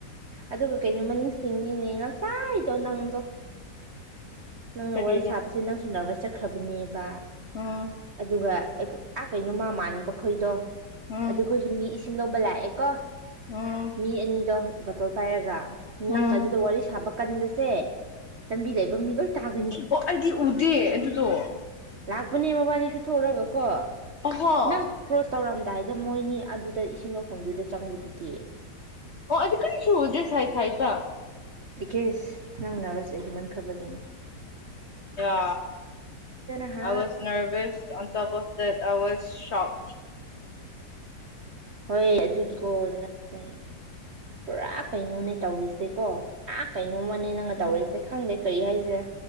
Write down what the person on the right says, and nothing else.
ꯑꯗꯨꯒ ꯀꯩꯅꯣꯃꯅꯤꯁꯤꯡꯉꯤꯅꯦ ꯉꯁꯥꯏ ꯇꯧꯅꯪꯗꯣ ꯅꯪꯅ
ꯋꯥꯔꯤ ꯁꯥꯕꯁꯤ ꯅꯪꯁꯨ ꯅꯕꯔꯁ ꯆꯠꯈ꯭ꯔꯕꯅꯦꯕ
ꯑꯗꯨꯒ ꯑꯩꯈ ꯑꯥ ꯀꯩꯅꯣꯃ ꯃꯥꯟꯕ ꯈꯣꯏꯗꯣ
ꯑꯗꯨ ꯈꯣꯏꯖꯨ ꯃꯤ ꯏꯁ ꯂꯧꯕ ꯂꯥꯑꯦ ꯀꯣ
ꯃꯤ ꯑꯅꯤꯗꯣ ꯕꯇꯜ ꯄꯥꯏꯔꯒ ꯅꯪꯅ
ꯑꯗꯨꯗ ꯋꯥꯔꯤ ꯁꯥꯕ ꯀꯟꯕꯁ ꯁꯦ ꯂꯝꯕꯤ ꯂꯩꯕ ꯃꯤ ꯂꯣꯏ ꯇꯥꯒꯅꯤ
ꯂꯥꯛꯄꯅꯦ ꯃꯕꯥꯅꯤ ꯁꯨ ꯊꯣꯛꯔꯒ ꯀꯣ
ꯅꯪ ꯀ꯭ꯔꯣꯁ ꯇꯧꯔꯝꯗꯥꯏꯗ ꯃꯣꯏꯅꯤ ꯑꯗꯨꯗ ꯏꯁꯤꯡ ꯂꯧꯐꯝꯗꯨꯗ ꯆꯪꯕꯗꯨꯗꯤ
ꯕꯤꯀꯁ ꯅꯪ <unintelligible> ꯈꯔ꯭ ꯕꯒꯤꯅꯦ
ꯍꯥ
<unintelligible> ꯍꯣꯏ ꯑꯗꯨꯒꯤꯀꯣ ꯅꯪ ꯁꯦ ꯄꯨꯔꯥ ꯀꯩꯅꯣꯅꯦ ꯇꯧꯔꯤꯁꯦꯀꯣ ꯇꯥ ꯀꯩꯅꯣꯃꯅꯦ ꯅꯪꯒ
ꯇꯧꯔꯤꯁꯦ ꯈꯪꯗꯦ ꯀꯔꯤ ꯍꯥꯏꯖꯤꯔ